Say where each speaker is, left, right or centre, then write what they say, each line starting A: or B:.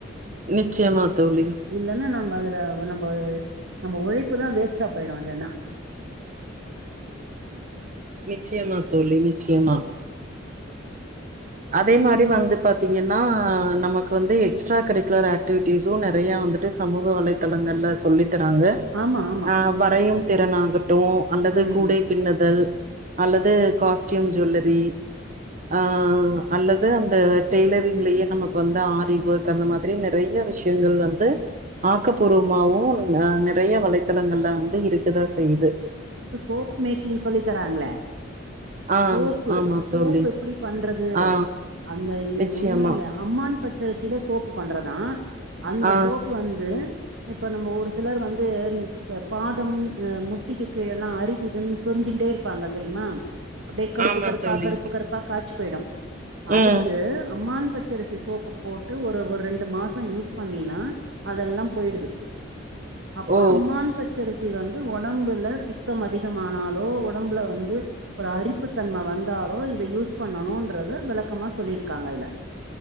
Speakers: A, on the right; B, on the right.
A: நிச்சயமா தோழி
B: இல்லன்னா நம்ம அதுல நம்ம நம்ம உழைப் இப்பதா வேஸ்டா போயிடும் இல்லனா
A: நிச்சயமா தோழி நிச்சயமா அதே மாரி வந்து பாத்தீங்கன்னா நமக்கு வந்து எக்ஸ்ட்ரா கரிக்குலர் ஆக்டிவிட்டிஸும் நறைய வந்துட்டு சமூக வலைதளங்கள்ல சொல்லி தறாங்க
B: ஆமா ஆமா
A: ஆ வரையும் திறனாங்க டோ அல்லது
B: ம்
A: கூடை பின்னுதல் அல்லது காஸ்ட்யூம் ஜுவல்லரி ஆ அல்லது அந்த டெய்லரிங்லயே நமக்கு வந்து ஆரி ஒர்க் அந்த மாதிரி நறைய விஷயங்கள் வந்து ஆக்கப்பூர்வமாவும் அ நறைய வலைத்தளங்கள்ல வந்து இருக்கதா செய்து
B: சோப் மேக்கிங் சொல்லிதராங்களே
A: ஆ
B: சோப்பு
A: ஆமா
B: சோப்
A: தோழி
B: எப்படி பண்ற து
A: ஆ
B: <unintelligible> இது
A: நிச்சயமா
B: ஒண்ணுமே இல்ல அம்மான் பச்சரிசியில சோப்பு பண்றதா அந்த
A: ஆ
B: சோப்பு வந்து இப்ப நம்ம ஒரு சிலர் வந்து பாதம் அ முட்டிக்கு கீழ எல்லாம் அரிக்குதுன் சொரிஞ்சிட்டே இருப்பாங்க தெரியுமா அப்படியே கருப்பு
A: ஆமா
B: கருப்பா
A: தோழி
B: கருப்பு கருப்பா காய்சு போயிடும் அதுக்கு
A: ம்
B: அம்மான் பச்சரிசி சோப்பு போட்டு ஒரு ஒரு ரெண்டு மாசம் யூஸ் பண்ணினா அதெல்லாம் போயிடுது அப்பா
A: ஓ
B: அம்மான் பச்சரிஸ் இது வந்து உடம்புல பித்தம் அதிகமானாலோ உடம்புல வந்து ஒரு அரிப்புத்தன்மை வந்தாலோ இத யூஸ் பண்ணணுன்றத விளக்கமா சொல்லியிருக்காங்க அதுல